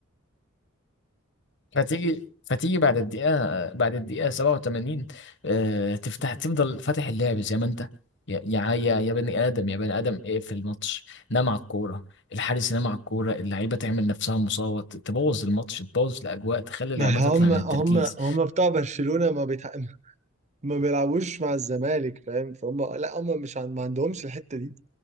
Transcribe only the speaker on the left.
فتيجي فتيجي بعد الدقيقة بعد الدقيقة 87 آه، تفتح تفضل فاتح اللعب زي ما انت يا يا يا يا بني ادم يا بني ادم ايه في الماتش نام على الكورة الحارس ينام على الكورة اللعيبة تعمل نفسها مصابة تبوظ الماتش تبوظ الأجواء تخلي اللعيبة
تطلع من
التركيز